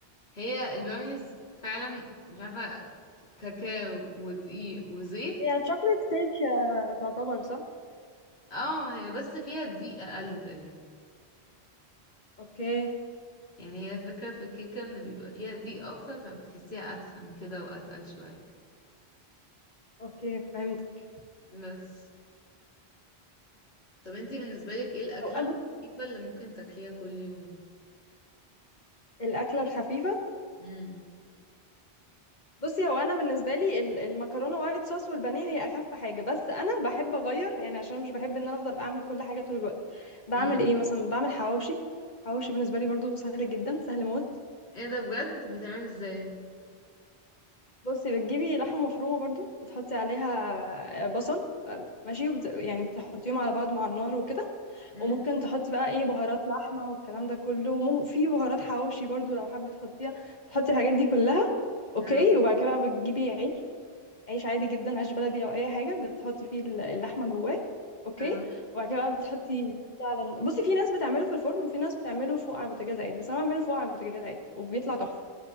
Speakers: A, on the left; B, on the left.
A: هي البراونيز فعلا مش عارفة كاكاو ودقيق وزيت
B: هي تشوكلت كيك آه، تعتبر صح
A: اه هي بس فيها دقيق اقل تقريبا
B: اوكي
A: يعني هي فكرة في الكيكة ان بيبقى فيها دقيق اكتر فبتحسيها اتخن كده واتقل شوية
B: اوكي فهمتك
A: بس طب انتي بالنسبة لك ايه الاكلة
B: او أبو
A: الخفيفة اللي ممكن تاكليها كل يوم مثلا
B: الاكله الخفيفه
A: امم
B: بصي هو انا بالنسبه لي ال- المكرونه وايت صوص والبانيه هي اخف حاجه بس انا بحب اغير يعني عشان أنا مش بحب ان انا افضل اعمل كل حاجه طول الوقت بعمل
A: امم
B: ايه مثلا بعمل حواوشي حواوشي بالنسبه لي برضو سهل جدا سهل موت
A: ايه ده بجد بيتعمل ازاي
B: بصي بتجيبي لحمه مفرومه برضو بتحطي عليها آه، بصل آه، ماشي وبت... يعني بتحطيهم على بعض مع النار وكده
A: امم
B: وممكن تحطي بقى ايه بهارات لحمه والكلام ده كله وفي بهارات حواوشي برضو لو حابه تحطيها تحطي الحاجات دي كلها اوكي
A: اه
B: وبعد كده بقى بتجيبي عيش عيش عادي جدا عيش بلدي او اي حاجه بتحطي فيه ال- اللحمه جواه اوكي
A: اه
B: وبعد كده بقى بتحطي فعلا بصي في ناس بتعمله في الفرن وفي ناس بتعمله فوق على البوتاجاز عادي بس انا بعمله فوق على البوتاجاز عادي وبيطلع تحفه